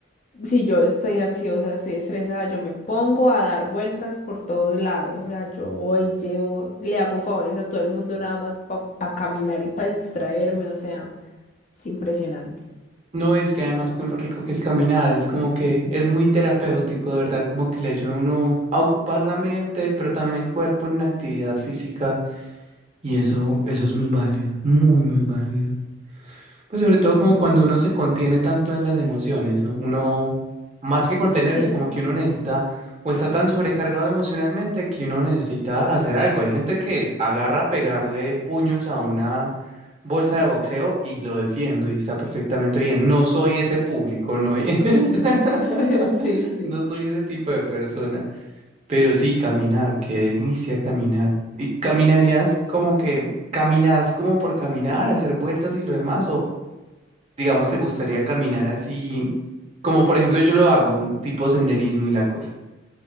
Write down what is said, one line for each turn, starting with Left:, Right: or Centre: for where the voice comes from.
Left: Si yo estoy ansiosa, estoy estresada, yo me pongo a dar vueltas por todos lados. O sea, yo voy, llevo, le hago favores a todo el mundo nada más para caminar y para distraerme. O sea, es impresionante.
Right: No es que además con lo rico que es caminar, es como que es muy terapéutico, de verdad, como que le ayuda a uno a ocupar la mente, pero también el cuerpo en una actividad física y eso, eso es muy válido, muy, muy válido. Pues sobre todo como cuando uno se contiene tanto en las emociones, ¿no? Uno, más que contenerse,
Left: Sí.
Right: como que uno necesita o está tan sobrecargado emocionalmente que uno necesita hacer algo. Hay gente que es- agarra a pegarle puños a una bolsa de boxeo y lo defiendo y está perfectamente bien. No soy ese público, no,
Left: Ujú.
Right: <laughs>
Left: <laughs> Sí, sí.
Right: no soy ese tipo de persona. Pero sí, caminar, qué delicia caminar. ¿Y caminarías como que, caminás como por caminar, hacer vueltas y lo demás? digamos, te gustaría caminar así, como por ejemplo yo lo hago, un tipo senderismo y la cosa.